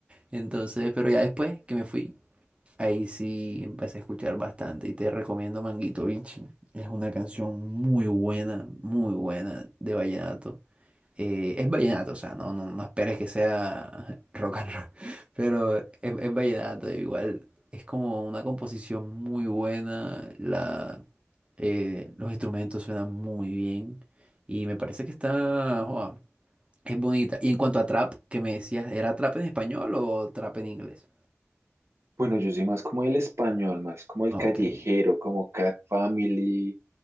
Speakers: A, on the right; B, on the right.
A: Entonces, pero ya después que me fui. Ahí sí empecé a escuchar bastante y te recomiendo Manguito Bichi. Es una canción muy buena, muy buena de vallenato. Eh, es vallenato, o sea, no, no, no esperes que sea <laughs> rock and roll, pero es, es vallenato. Igual es como una composición muy buena, la, eh, los instrumentos suenan muy bien y me parece que está, joa, es bonita. Y en cuanto a trap, que me decías, ¿era trap en español o trap en inglés?
B: Bueno, yo soy más como el español, más como el
A: Ok.
B: callejero, como Cat Family,